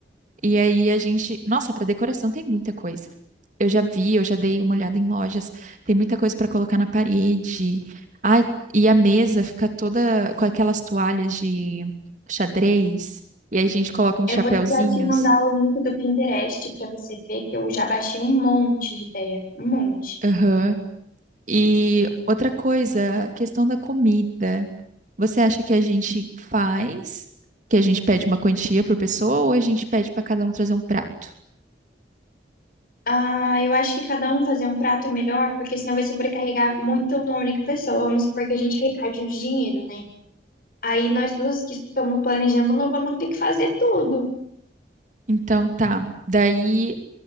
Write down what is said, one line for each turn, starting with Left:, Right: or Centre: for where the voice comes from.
Right: E aí a gente. Nossa, pra decoração tem muita coisa. Eu já vi, eu já dei uma olhada em lojas. Tem muita coisa pra colocar na parede. Ai, e a mesa fica toda com aquelas toalhas de xadrez. E aí a gente coloca uns
Left: Eu
Right: chapéuzinhos.
Left: vou já te mandar o link do Pinterest para você ver que eu já baixei um monte de ideia. Um monte.
Right: Aham. E outra coisa, a questão da comida. Você acha que a gente faz, que a gente pede uma quantia por pessoa ou a gente pede para cada um trazer um prato?
Left: Ah, eu acho que cada um fazer um prato é melhor, porque senão vai sobrecarregar muito uma única pessoa. Vamos supor que a gente arrecade o dinheiro, né? Aí nós duas que estamos planejando, nós vamos ter que fazer tudo.
Right: Então tá. Daí